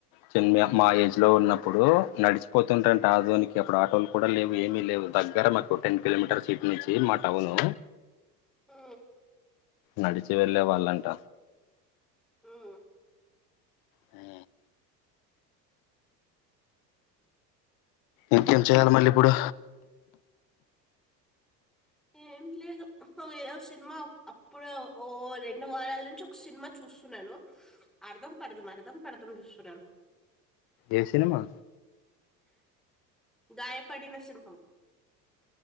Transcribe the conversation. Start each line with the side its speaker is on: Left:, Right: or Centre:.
Left: చిన్ మా
Centre: మ్మ్
Left: ఏజ్ లో ఉన్నప్పుడు నడిచిపోతుంటారంటే ఆధునికి అప్పుడు ఆటోలు కూడ లేవు ఏమీ లేవు దగ్గర మాకు టెన్ కిలోమీటర్స్ ఇటు నుంచి మా టౌను
Centre: ఉ
Left: నడిచి వెళ్ళే వాళ్ళంట
Centre: మ్మ్
Left: ఆ ఇంకేం చేయాలి మళ్ళీ ఇప్పుడు
Centre: ఏం లేదు వేరే సినిమా అప్పుడు ఓ రెండు వారాల నుంచి ఒక సినిమా చూస్తున్నాను అర్ధం పడుదుం అర్ధం పడుదుం చూస్తున్నాను
Left: ఏ సినిమా
Centre: గాయపడిన సింహం